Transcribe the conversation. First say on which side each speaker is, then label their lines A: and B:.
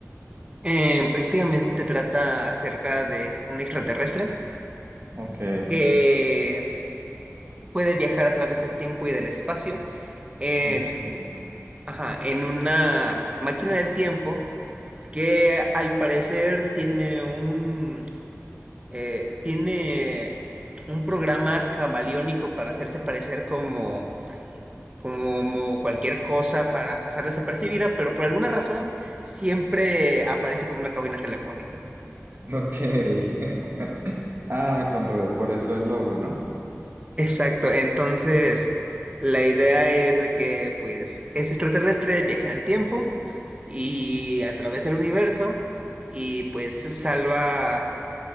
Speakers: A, on the right (about 20°); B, on the right (about 45°).
A: Eh, prácticamente trata acerca de un extraterrestre
B: Ok.
A: que puede viajar a través del tiempo y del espacio. Eh,
B: Oh, no.
A: Ajá, en una máquina del tiempo que al parecer tiene un eh, tiene un programa camaleónico para hacerse parecer como como cualquier cosa para pasar desapercibida, pero por alguna razón siempre aparece como una cabina telefónica.
B: Ok. <laughs> Ah, con, ra- por eso el logo, ¿no?
A: Exacto, entonces la idea es de que pues es extraterrestre, viaja en el tiempo y a través del universo y pues salva